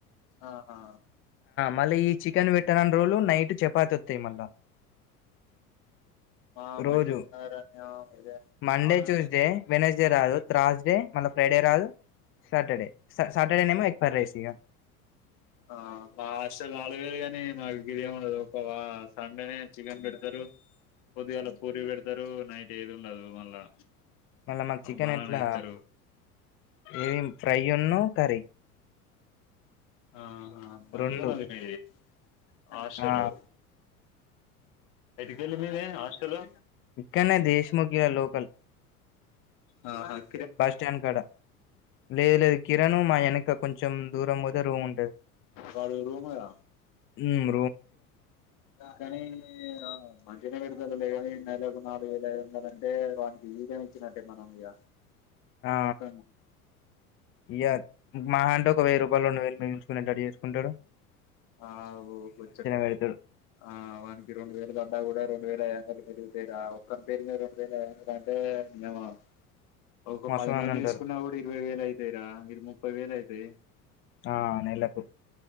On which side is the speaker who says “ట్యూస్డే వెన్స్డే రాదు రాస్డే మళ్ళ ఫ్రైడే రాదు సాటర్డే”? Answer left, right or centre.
Left